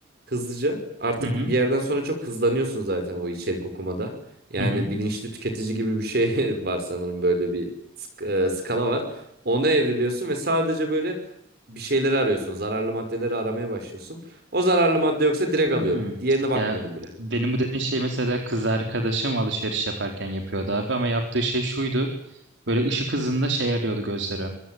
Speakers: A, on the right (about 55°); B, on the right (about 70°).
A: hızlıca. Artık
B: Hı hı.
A: bir yerden sonra çok hızlanıyorsun zaten o içerik okumada. Yani
B: Hı hı.
A: bilinçli tüketici gibi bir şey <laughs> var sanırım böyle bir sk- e, skala var. Ona evriliyorsun ve sadece böyle bir şeyleri arıyorsun. Zararlı maddeleri aramaya başlıyorsun. O zararlı madde yoksa direkt
B: Hmm.
A: alıyorum. Diğerine bakmıyorum
B: Ya
A: bile.
B: benim bu dediğin şey mesela kız arkadaşım alışveriş yaparken yapıyordu abi ama yaptığı şey şuydu. Böyle ışık hızında şey arıyordu gözleri.